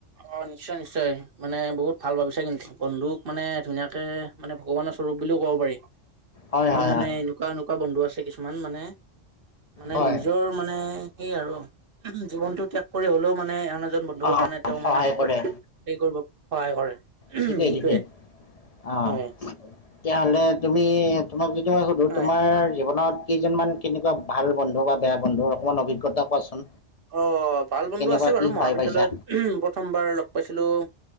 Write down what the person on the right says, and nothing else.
অ নিশ্চয় নিশ্চয় মানে বহুত ভাল ভাবিছে কিন্তু বন্ধুক মানে ধুনীয়াকে মানে ভগৱানৰ স্বৰূপ বুলিও ক'ব পাৰি।
ইমান
মানে
এনেকোৱা এনেকোৱা বন্ধু আছে কিছুমান মানে মানে
নিজৰ মানে সেই আৰু জীৱনটো ত্যাগ কৰি হলেও মানে আন এজন বন্ধুৰ
কাৰণে
তেওঁ
মানে সুখত
কৰিব সহায় কৰে।
সেইটোয়ে
হয়
হয়
অ ভাল বন্ধু
আছে বাৰু
মহাবিদ্যালয়ত
প্ৰথমবাৰ লগ পাইছিলো